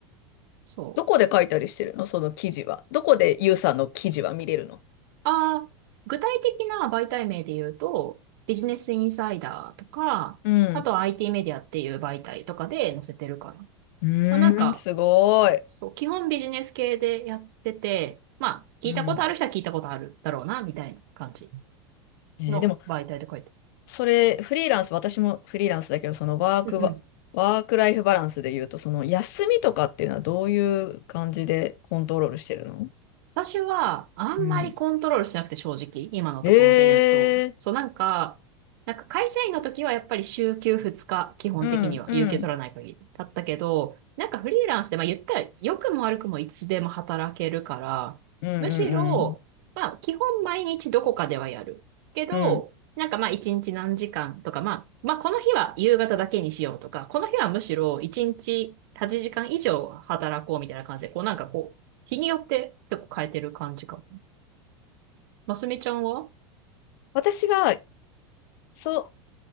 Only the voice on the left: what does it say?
どこで書いたりしてるのその記事は。どこでユウさんの記事は見れるの
うん。
うーん。
すごい。
うん。
えーでも
それ、フリーランス、私もフリーランスだけど、そのワークバ、
ワークライフバランスで言うと、その休みとかっていうのはどういう感じでコントロールしてるの
うん。
ええ
うん、うん、
うん、うん、
うん。
うん
私は、そう、